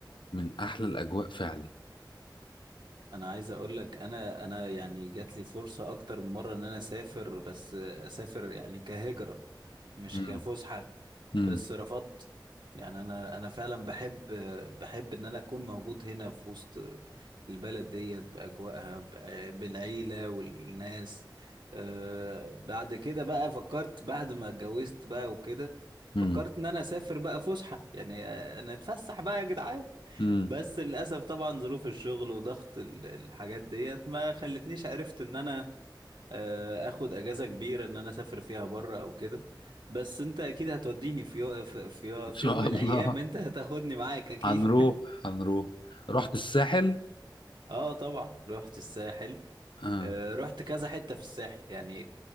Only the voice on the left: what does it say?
من احلى الاجواء فعلا
مم.
مم.
مم.
مم.
ان
شاء
الله
هنروح هنروح رحت الساحل
آه.